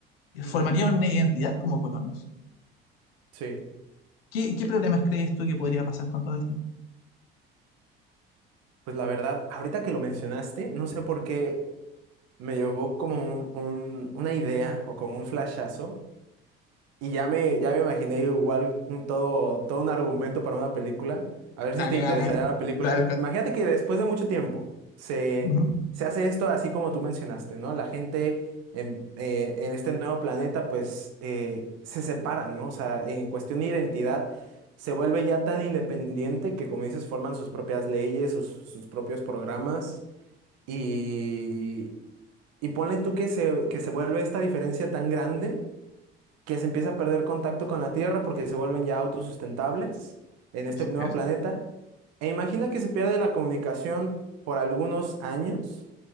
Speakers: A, on the right; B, on the left.
A: ujú,
B: Formarían una identidad como colonos.
A: Sí.
B: ¿Qué, qué problemas crees tú que podría pasar con todo esto?
A: Pues la verdad, ahorita que lo mencionaste, no sé por qué me llegó como un- un- una idea o como un flashazo Y ya me, ya me imaginé igual un todo, todo un argumento para una película. A ver
B: Dale,
A: si te interesaría
B: a ver.
A: la película.
B: Dale, con-
A: Imagínate que después de mucho tiempo se,
B: Ujú,
A: se hace esto así como tú mencionaste, ¿no? La gente en, eh, en este nuevo planeta pues eh, se separa, ¿no? O sea, en cuestión de identidad se vuelve ya tan independiente que como dices forman sus propias leyes, sus, sus propios programas y, y ponle tú que se, que se vuelve esta diferencia tan grande que se empieza a perder contacto con la Tierra porque se vuelven ya autosustentables en este
B: Así
A: nuevo
B: es.
A: planeta. E imagina que se pierde la comunicación por algunos años.